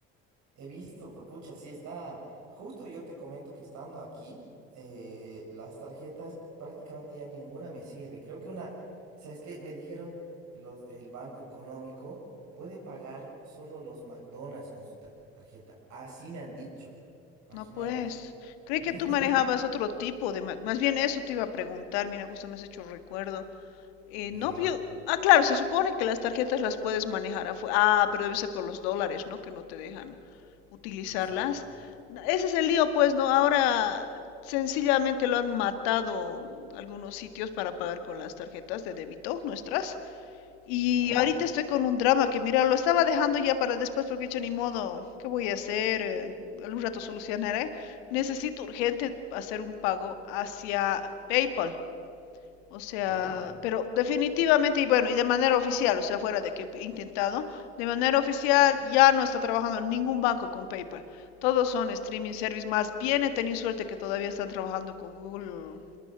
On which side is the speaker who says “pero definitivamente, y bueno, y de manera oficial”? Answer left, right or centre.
Left